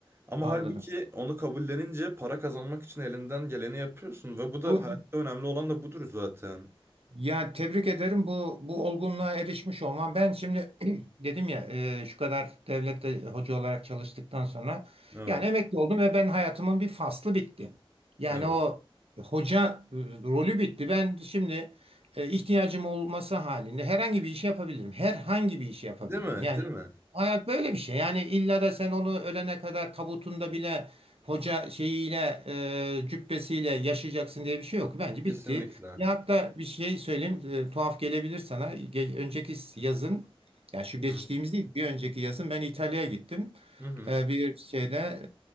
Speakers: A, on the right; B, on the right.
A: Ama
B: anladım.
A: halbuki onu kabullenince para kazanmak için elinden geleni yapıyorsun ve bu da
B: Bu,
A: hayatta
B: bu-
A: önemli olan da budur zaten.
B: Ya tebrik ederim bu bu olgunluğa erişmiş olman. Ben şimdi <clears throat> dedim ya e, şu kadar devlette hoca olarak çalıştıktan sonra
A: Evet.
B: yani emekli oldum ve ben hayatımın bir faslı bitti. Yani
A: Evet.
B: o hoca e, rolü bitti. Ben şimdi e, ihtiyacım olması halinde herhangi bir işi yapabilirim. Herhangi bir işi yapabilirim.
A: Değil mi?
B: Yani
A: Değil mi?
B: hayat böyle bir şey. Yani illa da sen onu ölene kadar tabutunda bile hoca şeyiyle e, cübbesiyle yaşayacaksın diye bir şey yok. Bence bitti.
A: Kesinlikle.
B: Ya hatta bir şey söyleyeyim e, tuhaf gelebilir sana. Ge- önceki yazın yani şu
A: Hı
B: geçtiğimiz
A: hı.
B: değil bir önceki yazın ben İtalya'ya gittim.
A: Hı hı.
B: E, bir şeyde